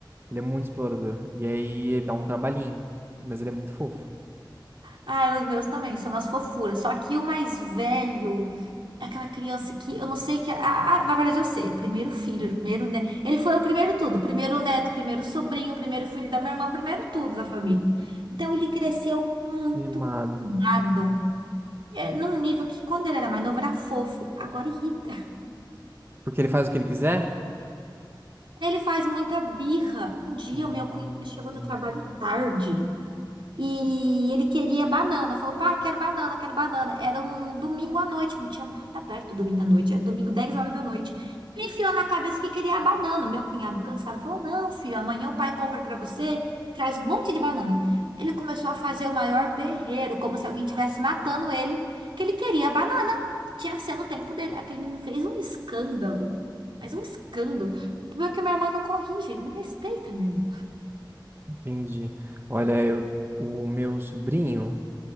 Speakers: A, on the right; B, on the right.
A: Ele é muito explorador. E aí ele dá um trabalhinho. Mas ele é muito fofo.
B: Ah, os meus também, são umas fofuras. Só que o mais velho, é aquela criança que eu não sei que. Ah, ah, na verdade, eu sei. o Primeiro filho, o primeiro neto. Ele foi o primeiro tudo. o Primeiro neto, o primeiro sobrinho, o primeiro filho da minha irmã, o primeiro tudo da família. Então ele cresceu muito
A: Mimado.
B: mimado. É, num nível que quando ele era mais novo era fofo, agora irrita.
A: Porque ele faz o que ele quiser?
B: Ele faz muita birra. Um dia
A: Hum,
B: o meu cunhado chegou do trabalho tarde. E ele queria banana. Falou, pai, quero banana, quero banana. Era um domingo à noite, não tinha nada aberto domingo à noite. Era domingo, 10 horas da noite. Ele enfiou na cabeça que queria a banana. Meu cunhado, cansado, falou: Não, filho, amanhã o pai compra pra você, traz um monte de banana. Ele começou a fazer o maior berreiro, como se alguém estivesse matando ele, que ele queria a banana. Tinha que ser no tempo dele. Aquele menino fez um escândalo, mas um escândalo. Como é que minha irmã não corrige? Ele não respeita minha irmã.
A: entendi. Olha, eu, o meu sobrinho,